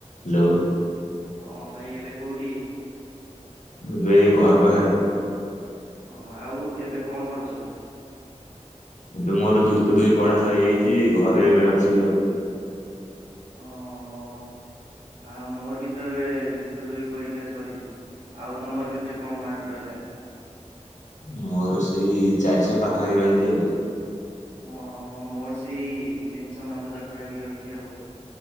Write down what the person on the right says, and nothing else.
ହଁ ଭାଇ ଏବେ କୋଉଠି?
ହଁ ଆଉ ଏବେ କଣ କରୁଚ?
ଅ ହଁ ଆଉ ମୋର ବି ତ ଏବେ ଯୁକ୍ତ ଦୁଇ ପରୀକ୍ଷା ସରିଚି। ଆଉ ତମର କେତେ କଣ ମାର୍କ ରହିଲା?
ଓ ମୋର ସେଇ ତିନିଶହ ନବେ ପାଖାପାଖି ରହିଚି ଆଉ।